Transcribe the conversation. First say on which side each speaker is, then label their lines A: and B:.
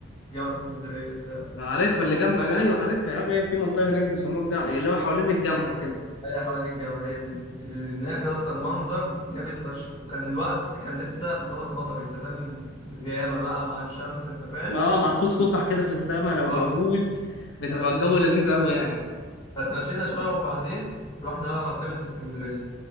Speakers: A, on the left; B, on the left.
A: جامعة اسكندرية بتاعتي
B: عارفها اللي جنب ايوه عارفها يا عم هي في منطقه هناك بيسموها الجامعه اللي هو حوالين الجامعه كده
A: هي حوالين الجامعة هي دي اللي هناك أصلا منظر جامد فشخ وكان الوقت كان لسه مخلص مطر أنت فاهم غيامة بقى مع الشمس أنت فاهم
B: ما هو مع قوس قزح كده في السماء لو
A: اه
B: موجود بتبقى
A: أيوه
B: الجو لذيذ قوي يعني
A: فتمشينا شويه وبعدين رحنا بقى مكتبه اسكندريه